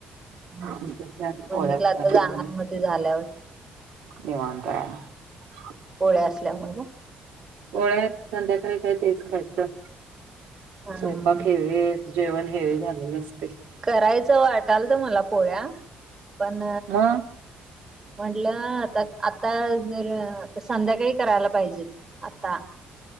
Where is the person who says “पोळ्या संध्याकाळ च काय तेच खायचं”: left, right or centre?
Right